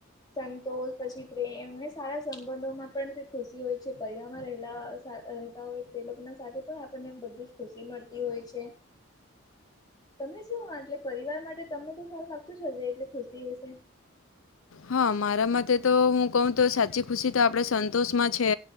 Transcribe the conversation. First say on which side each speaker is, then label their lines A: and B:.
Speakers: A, on the left; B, on the left.
A: સંતોષ પછી પ્રેમને સારા સંબંધોમાં પણ ખુશી હોય છે, પરિવાર માં રહેલા રહેતા હોય તે લોકોના સાથે પણ આપણને બધું જ ખુશી હોય‌ છે. તમે શું એટલે પરિવાર માટે તમને તો સારું લાગતું જ હશે એટલે ખુશી વિશે,
B: હા મારા માટે તો હું કહું તો સાચી ખુશી તો આપણે સંતોષમાં છે